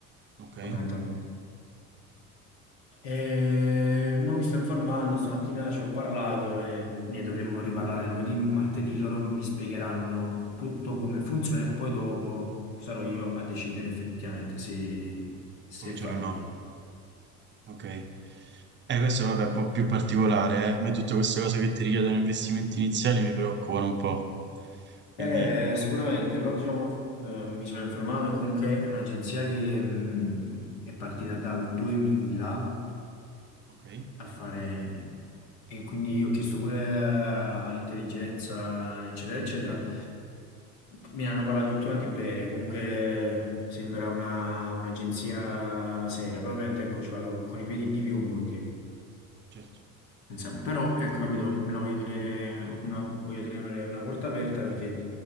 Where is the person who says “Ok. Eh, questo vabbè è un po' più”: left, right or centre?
Right